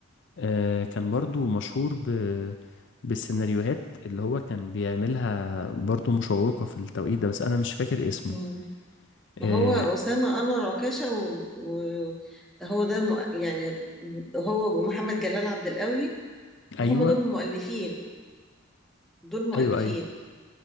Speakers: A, on the left; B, in the centre.
A: آه كان برضو مشهور ب بالسيناريوهات اللي هو كان بيعملها برضو مشوقة في التوقيت ده بس انا مش فاكر اسمه
B: مم.
A: آه
B: ما هو أسامة أنور عكاشة وهو و... و- هو ده الم... يعني هو محمد جلال عبد القوي
A: ايوه
B: هم دول المؤلفين دول مؤلفين
A: ايوه ايوه